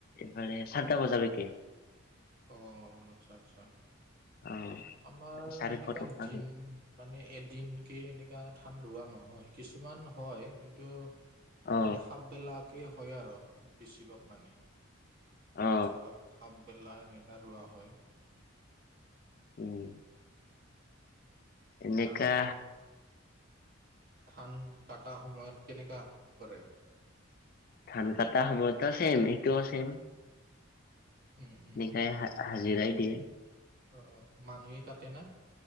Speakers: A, on the left (about 45°); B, on the right (about 45°).
A: মানে চাৰিটা বজালৈকে
B: অ আচ্ছা আচ্ছা
A: অ
B: আমাৰ
A: চাৰিশ
B: সেনেকা
A: টকাকে
B: দিন মানে এদিনকে এনেকা ধান ৰোৱা নহয় কিছুমান হয় কিন্তু
A: অ
B: মানে সাপবেলাকে হয় আৰু বেছিভাগ মানে
A: অ
B: বেছিভাগ হাফ বেলা এনেকা ৰোৱা হয়
A: উম এনেকা
B: আৰু ধান কটা সময়ত কেনেকুৱা কৰে
A: ধান কটা সময়তো ছেম এইটোও ছেম
B: উম উম
A: এনেকাই হা হাজিৰাই দিয়ে
B: অ অ মানুহে কাটে না